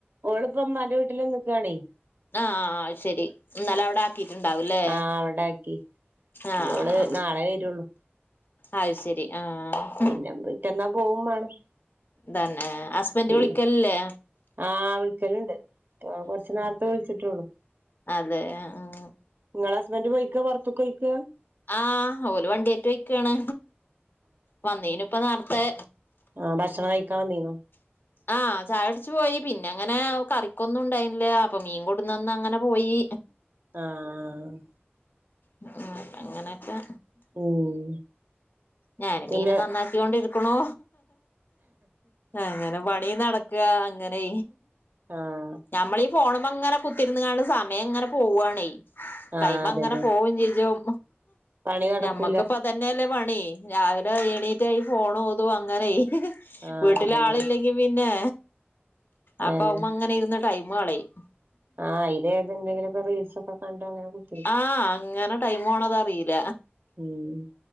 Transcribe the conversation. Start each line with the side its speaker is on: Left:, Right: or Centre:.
Right: ഓള്പ്പോ ഇമ്മാന്റെ വീട്ടിൽ നിന്ന്കാണേ.
Left: ആഹ അഹ്ശെരി ഇന്നാല അവടെ എത്തിട്ടുണ്ടാവല്ലേ
Right: ആഹ് അവിടെ ആക്കി
Left: ആഹ
Right: ഇഞ്ഞോള് നാളെ വരുള്ളൂ
Left: അത് ശരി ആഹ.
Right: പിന്നെ പിറ്റന്നാ പോവും മാണം
Left: തന്നെ ഹസ്ബൻണ്ട് വിളിക്കലില്ലേ.
Right: ഈ ആഹ് വിളിക്കലുണ്ട് കൊർച് ന്നാർത്തെ വിളിച്ട്ടൊള്ളു.
Left: അതെഅ ആ
Right: നിങ്ങള ഹസ്ബൻഡറ് പോയിക്കപൊറുത്തക്കപൊയിക്കാ.
Left: ആഹ് ഓല് വണ്ടിയേറ്റ് പോയ്കാണ് വന്നീനുപ്പൊ നാർത്തെ.
Right: ആഹ ഭക്ഷണം കഴിക്കാൻ വന്നിനു.
Left: <inaudible> ആഹ് ചായുടിച്ചു പോയി പിന്നെ അങ്ങനെ കറിക്കൊന്നും ഉണ്ടായിന്നില്ല അപ്പൊ മീൻ കൊട്ന്നന്ന് അങ്ങനെ പോയി.
Right: ആഹ്
Left: ഉം അങ്ങനെഒക്കെ.
Right: ഉം.
Left: ഞാൻ
Right: പിന്നെ
Left: മീൻ നന്നാക്കികൊണ്ടിരിക്ണു അങ്ങനെ പണി നടകുണു. ക് അങ്ങനെ.
Right: ആഹ്
Left: ഞമ്മളീഈ പോണുമ്മങ്ങനെ കുത്തിര്ന്ന് ങ്ങാണ്ട് സമയം ഇങ്ങനെ പോവാണേയ്.
Right: ആഹ്
Left: ടൈമ്
Right: അതന്നെ
Left: അങ്ങനെ പോകും ചെജ്ഉം
Right: പണി നടക്കൂല
Left: ഞമ്മക്ക്പ്പ തന്നെല്ലേ പണി രാവിലെ എണീറ്റാഈ ഫോണു തു അങ്ങനെ
Right: ആഹ്
Left: വീട്ടില്
Right: അതന്നെ
Left: ആളില്ല <unintelligible> പിന്നെ
Right: അതന്നെ
Left: അപ്പവ് മ്മെ ങ്ങനെ ഇരുന്ന് ടൈമ് കളയും.
Right: ആഹ അയിന് എന്തെങ്കിലും റീൽസോക്കെ കണ്ടു അങ്ങനെ. കുത്തിരിക്കും
Left: ആഹ് അങ്ങനെ ടൈം പോണത അറില.
Right: ഉം